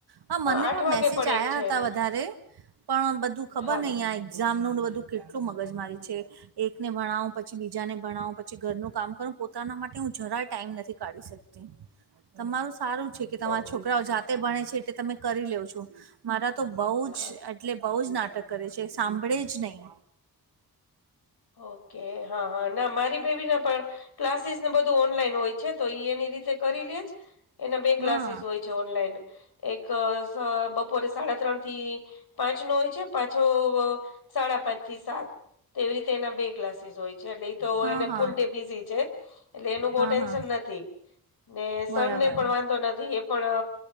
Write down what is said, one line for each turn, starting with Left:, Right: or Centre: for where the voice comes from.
Right: હા મને
Left: આઠ
Right: પણ
Left: વાગે
Right: મેસેજ આવયા
Left: એક છે
Right: હતા
Left: એનો
Right: વધારે પણ બધું ખબર
Left: હા
Right: નહ અં એક્ઝામ ન બધું કેટલું મગજ મારી છે. એકને ભણાવું પછી બીજાને ભણાવ પછી ઘરનું કામ કરું પોતાના માટે હું જરાય ટાઈમ નથી કાઢીક તમારું સારું છે કે તમારા
Left: ઓ
Right: છોકરાઓ જાતે ભણે છે એ તમે કરી લઉ છો. મારા તો બહુ
Left: હા
Right: જ એટલે બહુ જ નાટક કરે છે સાંભળે જ નહીં.
Left: ઓકે હા હા ના મારી બેવી ના પણ ક્લાસીસ ને બધું ઓનલાઈન હોય છે તો એ એની રીતે કરી લે જ એના બે ક્લાસીસ
Right: હા
Left: હોય છે ઓનલાઈન. એક બપોરે સાડા ત્રણ થી પાંચ નો હોય છે પાછો સાડા પાંચ થી સાત તો એવી રીતે એના બે ક્લાસીસ હોય છે એટલે એ તો
Right: હા
Left: એને
Right: હા
Left: ફૂલ ડે બિઝી છે એટલે એનું બહ
Right: હા
Left: ટેન્શન
Right: હા
Left: નથી. ને સન
Right: બરાબર
Left: ને પણ વાંધો નથી એ પણ